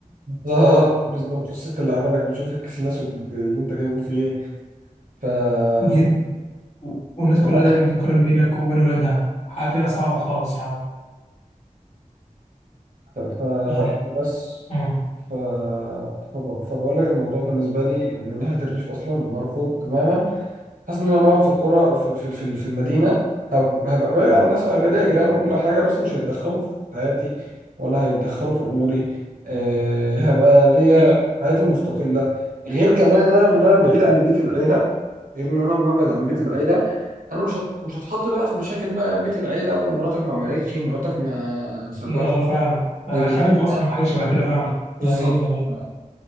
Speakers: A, on the right (about 90°); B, on the left (about 50°).
A: بالظبط بالظبط الست اللي قاعده لك بتشوف الكسلاس اللي انت جايبه فيه ايه
B: <laughs> جد والناس كلها
A: لا
B: دايما بتقارن بينك وبين ولادها حاجه صعبه خالص يعني
A: ف- ف-
B: يعني
A: فبس
B: امم
A: ف... فب- فبقول لك الموضوع بالنسبة لي من ناحية الريف أصلا مرفوض تماما حاسس إن أنا لما أقعد في القرى في, في, في, في المدينة هب- هبقى بعيد عن الناس هيبقى ليا جيران وكل حاجة بس مش هيتدخلوا في حياتي ولا هيتدخلوا في أموري أه هبقى ليا
B: إيه- إيه.
A: حياتي المستقلة غير كمان إن أنا إن أنا بعيد عن بيت العيلة غير إن أنا ببعد عن بيت العيلة أنا مش هت- مش هتحط بقى في مشاكل بقى بيت العيلة ومراتك ما عملتش مراتك ما سوتش
B: <laughs> اه فاهم
A: ده
B: انا
A: ضايقتنا
B: خارج اصلا من حاجه شبه كده فعلا
A: بالظبط
B: جميل جميل
A: ف-